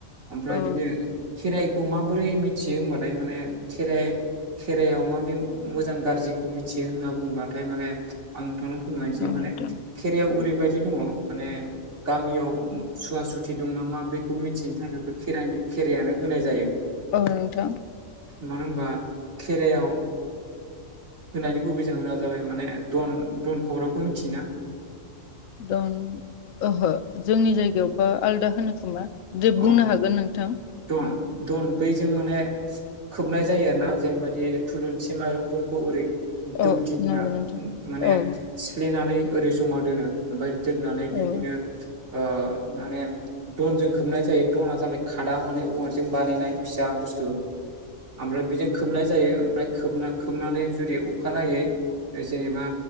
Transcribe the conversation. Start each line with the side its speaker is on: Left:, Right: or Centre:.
Right: ओमफ्राय
Left: औ
Right: बिदिनो खेराइखौ माबोरै मिथियो होमबाथाय माने खेराइ खेराइआव मा मोजां गाज्रिखौ मिथियो होनना बुंबाथाय माने आं नोंथांनो फोरमायनोसै
Left: औ
Right: माने
Left: नोंथां
Right: खेरायाव ओरैबायदि दङ माने गामियाव सुवा सुथि दं नामा बेखौ मिथिनो थाखायबो खेराइनि खेराइायानो होनाय जायो
Left: औ नोंथां
Right: मानो होनबा खेरायाव होनायनि गुबै जाहोना जाबाय माने दन दन खौरांखौ मिथियोना
Left: दन ओहो जोंनि जायगायावबा आलदा होनो खोमा दे
Right: अ
Left: बुंनो हागोन नोंथां।
Right: दन दन बैजों माने खोबनाय जायो आरोना जेनेबाददि थुलुनसि माइरंफोरखौ ओरै
Left: औ
Right: दौ दिया
Left: नंगौ नोंथां
Right: माने
Left: औ
Right: सिफ्लेनानै ओरै जमा दोनो ओमफाय दोननानै बिदिनो
Left: औ
Right: ओ माने दनजों खोबनाय जायो दना जाबाय खा आदा <unintelligible> औवारजों बानायनाय फिसा बुस्थु ओमफ्राय बिदि खोबनाय जायो ओमफ्राय खोबना खोबनानै जुदि अखानायै ओ जेनेबा